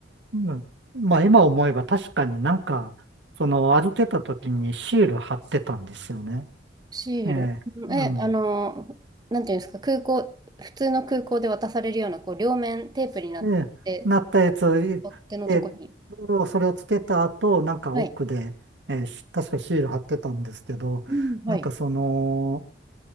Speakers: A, on the right; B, on the right.
A: うん、まあ、今思えば確かになんか、その、預けた時にシール貼ってたんですよね。
B: シール。
A: ええ、
B: うんえ、
A: うん。
B: あの、なんていうんですか、空港、普通の空港で渡されるような、こう、両面テープになって、
A: で、なったやつ、
B: 取っ手のとこに。
A: で、それをつけた後、なんか奥で、
B: はい。
A: ええ、し確かシール貼ってたんですけど、
B: うん。はい。
A: なんかその、